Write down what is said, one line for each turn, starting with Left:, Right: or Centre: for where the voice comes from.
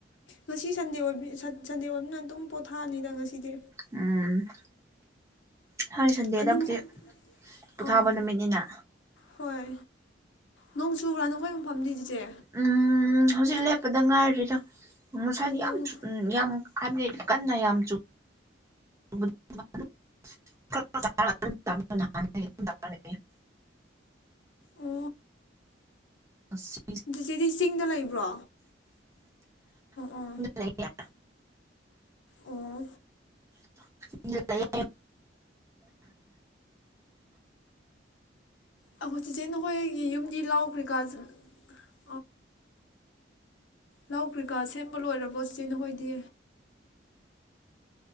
Left: ꯉꯁꯤ ꯁꯟꯗꯦ ꯁꯟꯗꯦ ꯑꯣꯏꯕꯅ ꯑꯗꯨꯝ ꯄꯣꯊꯥꯑꯅꯤꯗ ꯉꯁꯤꯗꯤ
Right: ꯎꯝ ꯊꯔꯤ ꯁꯟꯗꯦꯗꯕꯨꯗꯤ
Left: ꯑꯗꯨ ꯅꯈꯣꯏ
Right: ꯄꯣꯊꯥꯕ
Left: ꯑꯥ
Right: ꯅꯨꯃꯤꯠꯅꯤꯅ
Left: ꯍꯣꯏ ꯅꯣꯡ ꯆꯨꯕ꯭ꯔꯥ ꯅꯈꯣꯏ ꯃꯐꯝꯅꯤ ꯏꯆꯦ
Right: ꯎꯝ ꯍꯧꯖꯤꯛ ꯂꯦꯞꯄꯗ ꯉꯥꯏꯔꯔꯤꯔꯣ ꯃꯨꯁꯥꯏꯗꯤ
Left: ꯑꯣ
Right: ꯌꯥꯝ ꯎ ꯌꯥꯝ ꯍꯥꯏꯕꯗꯤ ꯀꯟꯅ ꯌꯥꯝ ꯆ <inaudible>
Left: ꯑꯣ
Right: ꯑꯁ
Left: ꯆꯤꯆꯦꯗꯤ ꯆꯤꯡꯗ ꯂꯩꯕ꯭ꯔꯣ
Right: <unintelligible>
Left: ꯑꯣ ꯑꯣ
Right: <inaudible>
Left: ꯈ‌ꯣ ꯆꯤꯆꯦ ꯅꯈꯣꯏꯒꯤ ꯌꯨꯝꯗꯤ ꯂꯥꯎꯈ꯭ꯔꯦꯀ <unintelligible> ꯂꯧ ꯀꯔꯤꯀꯥ ꯁꯦꯝꯕ ꯂꯣꯏꯔꯕꯣ ꯆꯤꯆꯦ ꯅꯈ‌ꯣꯏꯗꯤ